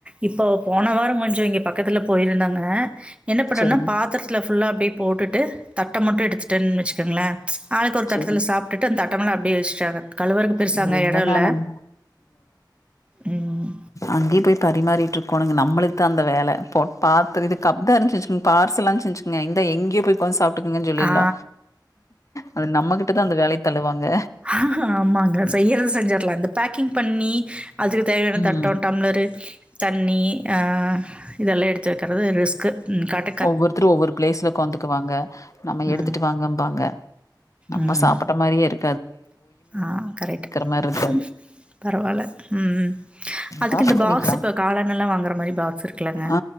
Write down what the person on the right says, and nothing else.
இப்போ போன வார கொஞ்சோ இங்க பக்கத்துல போயிருந்தாங்க என்ன பண்ணேனா
பாத்தெரத்துல ஃபுல்லா அப்டியே போட்டுட்டு தட்ட மட்டு எடுத்துட்டேனு வச்சுக்கோங்களே ஆளுக்கு ஒரு தட்டத்துல
சாப்டுட்டு அந்த தட்டமெல்லா அப்டியே வச்சுட்டாங்க கழுவருக்கு பெருசா
அங்க
எடோ இல்ல
ம்
ஆ.
ஹக ஆமாங்க செய்றத செஞ்சுரலா இந்த பேக்கிங் பண்ணி அதுக்கு தேவையான தட்டோ
டம்ளர் தண்ணி அ இதெல்லா எடுத்து வைக்க வறது ரிஸ்க்கு உ காட்
ம்.
ம்.
ஆ கரெட்
உ பரவால உ அதுக்கு
இந்த
பாக்ஸ் இப்ப காளானெல்லா வாங்குற மாரி பாக்ஸ் இருக்குலங்க